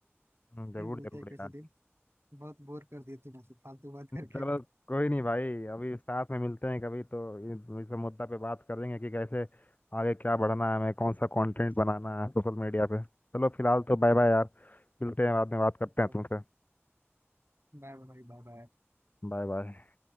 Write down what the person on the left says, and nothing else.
हम्म, जरूर
जरूर
यार
चलो कोई नहीं भाई अभी साथ में मिलते हैं कभी तो इस इस मुद्दा पे बात करेंगे कि कैसे आगे क्या बढ़ना है हमें कौन सा कंटेंट बनाना है सोशल मीडिया पे चलो फिलहाल तो बाय बाय यार मिलते हैं बाद में बात करते
हैं तुमसे
Bye bye